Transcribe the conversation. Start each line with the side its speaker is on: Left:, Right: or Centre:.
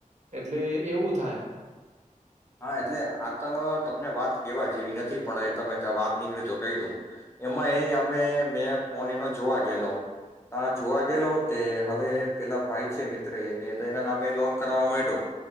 Right: એટલે એવું થાય.
Left: હા એટલે આ તો તમને વાત કેવા જેવી નથી પણ તમે ત્યાં વાત નીકળી તો કહી દઉ. એમાં એ અમે મેં ફોન એનો જોવા ગયેલો, ત્યા જોવા ગેલો તે હવે પેલા ભાઈ છે મિત્ર એ તે એના નામે લોન કરાવવા માંયડો